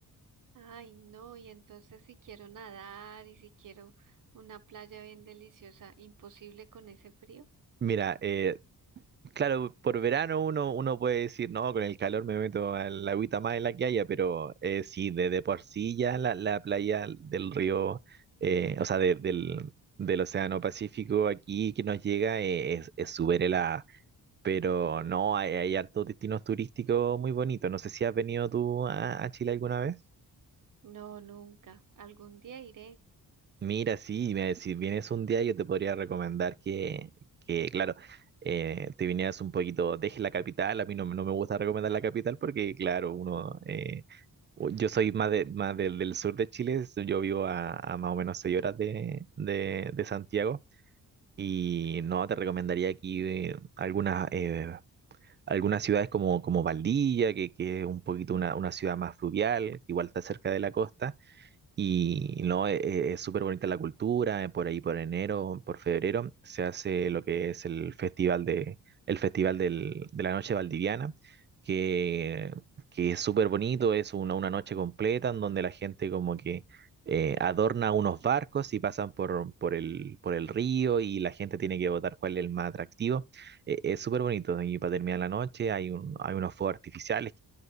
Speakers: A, on the right; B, on the right.
A: Ay, no, y entonces si quiero nadar y si quiero una playa bien deliciosa, imposible con ese frío.
B: Mira, eh, claro, por verano uno, uno puede decir, no, con el calor me meto a la agüita más en la que haya, pero eh, sí, de, de por sí ya la, la playa del río, eh, o sea, de- del, del Océano Pacífico aquí que nos llega eh, es es súper helada, pero no, hay, hay hartos destinos turísticos muy bonitos. No sé si has venido tú a, a Chile alguna vez.
A: No, nunca. Algún día iré.
B: Mira, sí, mira, si vienes un día yo te podría recomendar que, que claro, eh, te vinieras un poquito, dejes la capital, a mí no, no me gusta recomendar la capital porque, claro, uno, eh, u- yo soy más, de, más del, del sur de Chile, so- yo vivo a, a más o menos seis horas de, de, de Santiago y no, te recomendaría aquí eh, algunas, eh, algunas ciudades como, como Valdivia, que, que es un poquito una, una ciudad más fluvial, igual está cerca de la costa y no, e- e- es súper bonita la cultura, eh, por ahí por enero, por febrero, se hace lo que es el festival de, el festival del- de la noche valdiviana, que, que es súper bonito, es una, una noche completa en donde la gente como que eh, adorna unos barcos y pasan por, por el, por el río y la gente tiene que votar cuál es el más atractivo. E- es súper bonito y para terminar la noche hay, un- hay unos fuegos artificiales